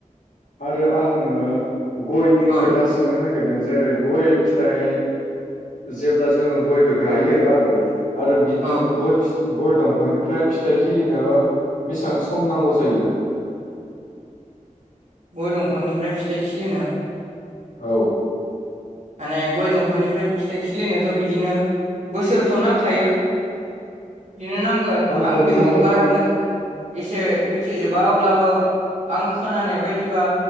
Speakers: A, on the left; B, on the right.
A: आरो आङो गयनि
B: औ
A: खोथा सोंनो नागिर दों जेरै गय फिथाइ जेब्ला जोङो गयखो गायो आरो आरो बि फि
B: औ
A: गय फि गय दंफांनिफ्राय फिथाइ खिलिनो बेसेबां सम नांगौ जायो
B: गय दंफांनिफ्राय फिथाइ खिलिनो
A: औ
B: माने गय दंफांनिफ्राय फिथाइ खिलिनोथ' बिदिनो बोसोरथ' नांखायो बिनो नांगोन आं
A: हमनो
B: बेखौ
A: हागोन
B: बारा मोज एसे मिथिजोबा अब्लाबो आं खोनानाय बायदिबा